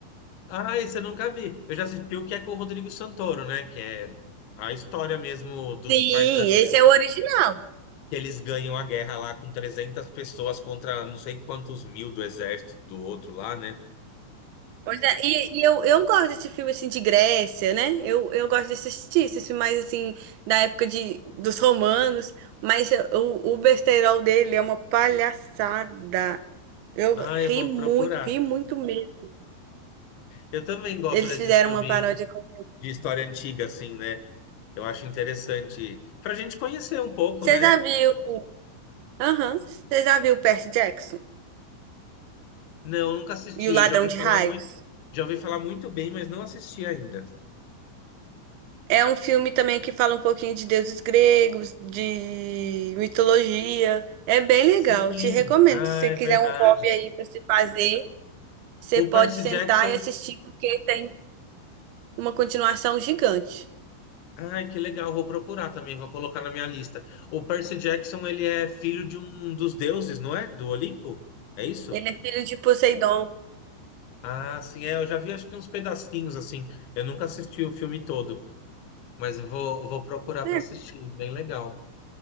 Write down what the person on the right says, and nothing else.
Sim,
esse é o original.
Pois é, E, e eu, eu gosto desse filme assim de Grécia, né? Eu, eu gosto de assistir esses filmes mais assim da época de, dos romanos, mas eu- o, o besterol dele é uma palhaçada. Eu
ri
muito,
ri muito mesmo.
Eles
fizeram
uma paródia com.
Você
já viu? Aham. Você já viu Percy Jackson
e o Ladrão
de
Raios?
É um filme também que fala um pouquinho de deuses gregos, de mitologia. É bem legal.
Te recomendo.
Se você quiser
um hobby aí para se fazer, você
pode
sentar
e assistir porque tem uma continuação gigante.
Ele é filho de Poseidon.
É,